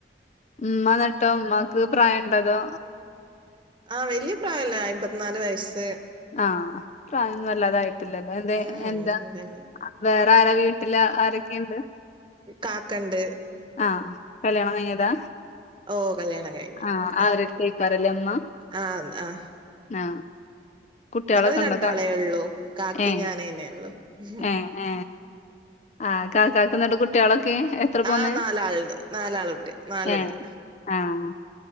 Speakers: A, on the left; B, on the right.
A: ഉമ്മ നട്ടോ ഉമ്മമക്ക് പ്രായം ഇണ്ടതോ
B: ആ വല്യ പ്രായല്ല അയമ്പത്തിനാല് വയസ്സ്
A: ആ പ്രായംന്ന വല്ലാതായിട്ടില്ലല്ലോ എ
B: ഉം
A: എന്താ
B: ഇല്ലല്ല
A: വേറെ? വീട്ടില് ആരൊക്കെണ്ട്?
B: കാക്കണ്ട്
A: ആ കല്യാണ -
B: ഓ കല്യാണം കഴിഞ്ഞു
A: ആ
B: അതാ
A: ആരടുത്ത് കേക്കാറല്ലേ ഉമ്മ
B: ആഹ് ആഹ്
A: ആ! കുട്ടികളൊക്കെ
B: ഞങ്ങള്
A: ഉണ്ടക്ക
B: രണ്ടാളേ ഉള്ളൂ കാക്കിം
A: ഏ
B: ഞാനേന്നെ ഉള്ളു
A: ഏ ഹ ആ! ക കാക്കുന്നണ്ട് കുട്ടികളൊക്കെ എത്ര
B: ആ
A: പോന്നേ
B: നാലാളണ്ട് നാലാളൊട്ടെ നാലുണ്ട്
A: ഏഹ് ആഹ്